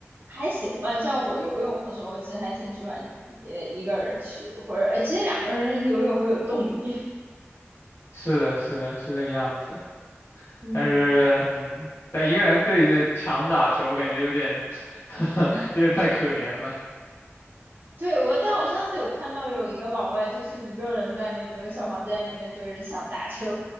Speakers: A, on the right; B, on the left.
A: 还行吧，像我游泳的时候，我其实还挺喜欢一呃一个人去，或者哎其实两个人游泳会有动力。<laughs>
B: 是的，是的，是这个样子。
A: 嗯，
B: 但是，嗯，但一个人对着墙打球，感觉有点，<laughs> 有点太可怜了。
A: 对，我，但我上次有看到有一个老外，就是一个人在那个小房间里面对着墙打球，